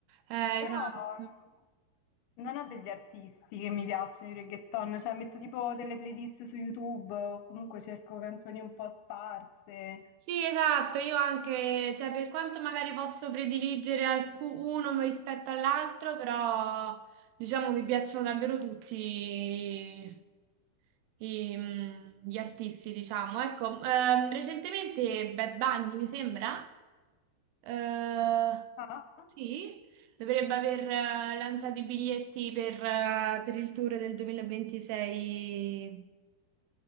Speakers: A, on the right; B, on the left.
A: Eh,
B: Però
A: esatto.
B: mh, non ho degli artisti che mi piacciono i reggaeton, cioè metto tipo delle playlist su YouTube o comunque cerco canzoni un po' sparse.
A: Sì, esatto, io anche, cioè per quanto magari posso prediligere alcu- uno rispetto all'altro, però diciamo mi piacciono davvero tutti i- i, mm, gli artisti, diciamo. Ecco, ehm, recentemente Bad Bunny, mi sembra, eh,
B: Ah?
A: sì, dovrebbe aver eh, lanciato i biglietti per eh, per il tour del 2026